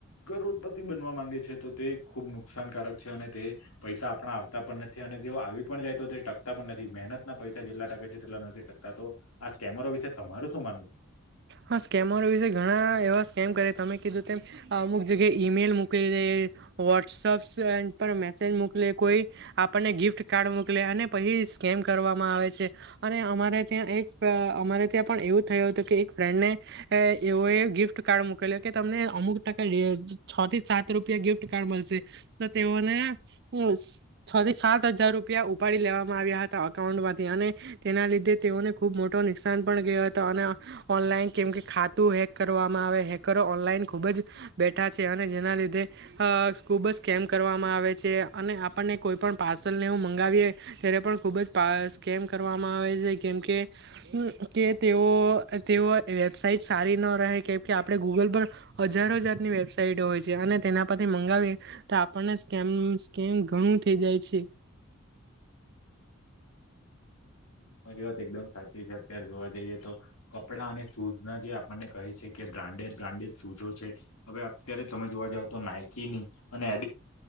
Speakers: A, on the left; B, on the right.
A: કરોડપતિ બનવા માંગે છે તો તે ખૂબ નુકસાનકારક છે અને તે પૈસા આપણા આવતા પણ નથી અને તેઓ આવી પણ જાય તો તે ટકતા પણ નથી મહેનતના પૈસા જેટલા ટકે છે તેટલા નથી ટકતા તો આ સ્કેમરો વિશે તમારું શું માનવું છે.
B: હા સ્કેમરો વિશે ઘણા એવા સ્કેમ કરે તમે કીધું તેમ અમુક ્યા ઈમેલ મોકલી દે વોટ્સઅપ મેસેજ મોકલીે કોઈ આપણને ગફ ગિફ્ટ કાર્ડ મોકલે અને પછી સ્કેમ કરવામાં આવે છે અને અમારે ત્યાં એક અ અમારે ત્યાં પણ એવું થયું હતું કે એક ફ્રેન્ડને એવએ ગિફ્ટ કાર્ડ મક ક કે તમને અમુક ટકા છ થી સાત રૂપિયા ગિફ્ટ કાર્ડ મળશે તો તેઓને છ થી સાત હજાર રૂપિયા ઉપાડી લેવામાં આવ્યા હતા અકાઉન્ટમાંથી્યા તેના લીધે તેઓને ખુબ મોટો નુકસાન પણ ગયો હતો અને ઓનલાઈન કેમ કે ખાતું હેક કરવામાં આવે હેકરો ઓનલાઈન ખૂબ જ બેઠા છે અને જેના લીધે ખૂબ જ કેમ કરવામાં આવે છે અને આપણને કોઈ પણ પાર્સલ ને હું મંગાવીએ ત્યારે પણ ખૂબ જ સ્કેમ કરવામાં આવે છે કેમ કે કે તેઓ તેઓ વેબસાઇટ સારી ન રહે કેમ કે આપણે ગૂગલ પર હજારો હજતની વેબસાઈટ હોય છે અને તેના પરથી મંગાવીએ તો આપણને સ્કેમ સ્કેમ ઘણું થ જાય છે
A: મારી વાત એકદમ સાચી છે અત્યારે જોવા જઈએ તો કપડાં અને શૂઝ ના જે મને કહે છે કે બ્રાન્ડેડ બ્રાન્ડેડ શૂઝો છે હવે અત્યારે તમે જોવા જાવ તો નાઈકી ની અને